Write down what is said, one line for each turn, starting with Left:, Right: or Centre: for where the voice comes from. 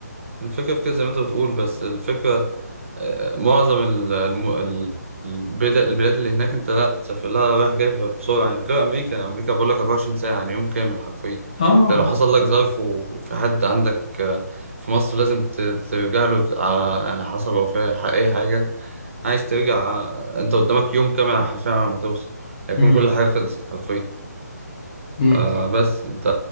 Right: الفكرة في كده زي ما انت بتقول بس الفكرة آه، معظم ال- الم- ال- البلاد البلاد اللي هناك انت لا تسافر لها رايح جاي بسرعة يعني غير أمريكا أمريكا بقول لك 24 ساعة يعني يوم كامل حرفيا
Left: اه
Right: انت لو حصل لك ظرف وفي حد عندك آه، في مصر لازم ت- ترجع له ت- ع- يعني حصل وفاة ح- أي حاجة عايز ترجع آه، انت قدامك يوم كامل حرفيا على ما توصل هيكون
Left: مم.
Right: كل حاجة خلصت حرفيا
Left: مم.
Right: آه بس انت